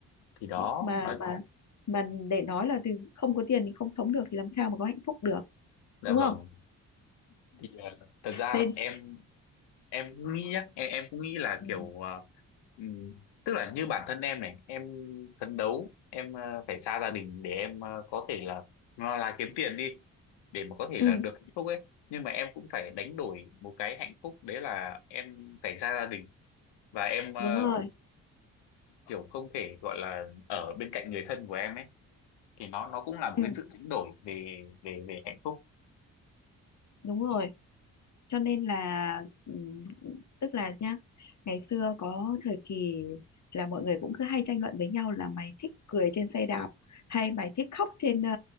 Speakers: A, on the left (about 70°); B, on the left (about 40°).
A: thì đó
B: Nhưng mà
A: nói
B: mà mà để nói là từ không có tiền thì không sống được thì làm sao mà có hạnh phúc được,
A: dạ
B: đúng không?
A: vâng thì ờ, thật ra
B: Nên
A: là em em cũng nghĩ nhá em, em cũng nghĩ là
B: ừ,
A: kiểu ờ, ừm, tức là như bản thân em này em phấn đấu em ờ, phải xa gia đình để em ờ, có thể là nó là kiếm tiền đi để mà có thể
B: ừ,
A: là được hạnh phúc ấy nhưng mà em cũng phải đánh đổi một cái hạnh phúc đấy là em phải xa gia đình và em ờ,
B: đúng rồi.
A: kiểu không thể gọi là ở bên cạnh người thân của em ấy thì nó nó cũng là một
B: Ừ,
A: cái sự đánh đổi về về về hạnh phúc
B: đúng rồi. cho nên là ừm, tức là nhá ngày xưa có thời kỳ là mọi người cũng cứ hay tranh luận với nhau là mày thích cười trên xe đạp hay mày thích khóc trên ờ,